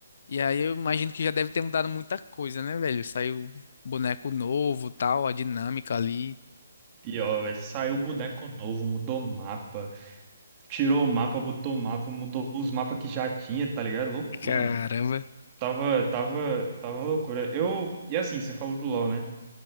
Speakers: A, on the left; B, on the right.
A: E aí eu imagino que já deve ter mudado muita coisa, né, velho? Saiu boneco novo, tal, a dinâmica ali.
B: Pior, velho. Saiu boneco novo, mudou mapa. Tirou o mapa, botou o mapa, mudou os mapas que já tinha, tá ligado? Loucura,
A: Caramba.
B: mano. Tava, tava, tava uma loucura. Eu, e assim, você falou do LoL, né?